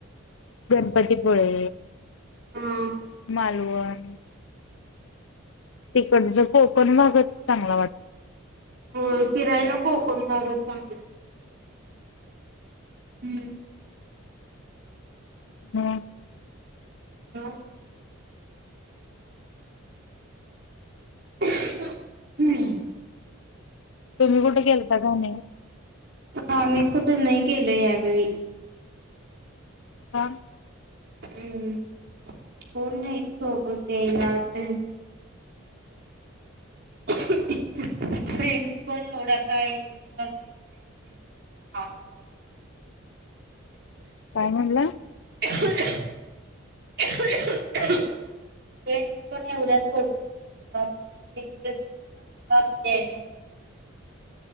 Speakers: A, on the left (about 60°); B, on the right (about 50°).
A: गणपतीपुळे
B: हा
A: मालवण तिकडच कोकण भागचं चांगला वाटतो.
B: हो फिरायला कोकण भागचं चांगलं हम्म
A: हा
B: <unintelligible> हम्म
A: तुम्ही कुठ गेलता का नाई.
B: आम्ही कुठ नाय गेलो यावेेळी
A: का
B: हम्म कोणं नाही सोबत यायला आत
A: <inaudible>
B: <inaudible> फ्रेंड्स पण एवढ्या काय जास्ती इंटरेस्टेड नसतात.
A: काय म्हंटला
B: <inaudible> फ्रेंड्स पण एवढ्या सोबत नसतात म्हणजे इंटरेस्टेड न <unintelligible>